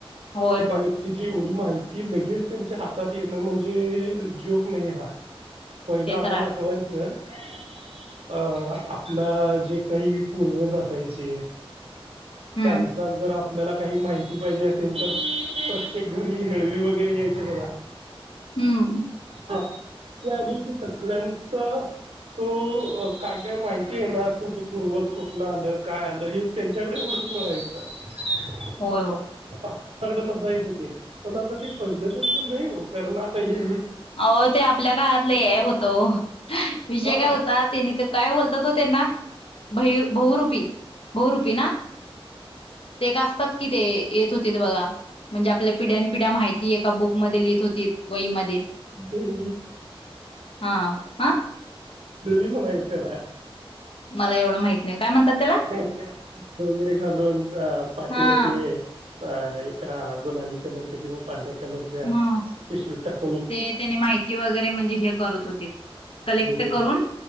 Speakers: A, on the left; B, on the right.
A: होय,
B: एका
A: होय.
B: व्यक्तीची एवढी माहिती लगेच त्यांच्या हातात येणं म्हण म्हणे जोक नाही हा पहिला
A: ते
B: आम्हाला
A: तर आहे.
B: आठवायचं अ आपला जे काही पूर्वज असायचे
A: हम्म.
B: त्यांचा जर आप आपल्याला काही माहिती पाहिजे असेल तर प्रत्येक घरी हेळवी वगैरे यायची बघा
A: हम्म
B: हा त आली की सगळ्यांच तो काय काय माहिती आहे ना तुमच पूर्वज कोुठन आलं काय आलं हे त्यांच्याकडे एवढं कळायच
A: होय होय
B: ड नसाायचं ते पण आता ते पहिलं सारखं नाही हो कारण आता हे
A: अ ते आपल्या काळात हे होतो विषय
B: हा
A: काय होता त्यांनी ते काय बोलतात हो त्यांना बहुरूपी बहुरूपी ना ते असतात कि ते येत होते बघा म्हणजे आपल्या पिढ्यान पिढ्या माहिती एका बुकमध्ये लिहित होती वईमध्ये
B: बर
A: हा हा
B: देवी म्हणायचं त्याला
A: मला एवढं माहित नाही काय म्हणतात त्याला?
B: वगैरे घालून अ पाठीवरती
A: हां.
B: अ एका गुलाबी कलरच्या किंवा पांढऱ्या कलरच्या
A: हां.
B: पिशवी टाक
A: ते त्याने माहिती वगैरे म्हणजे हे करत होतीत कलेक्ट
B: हे- हे.
A: करून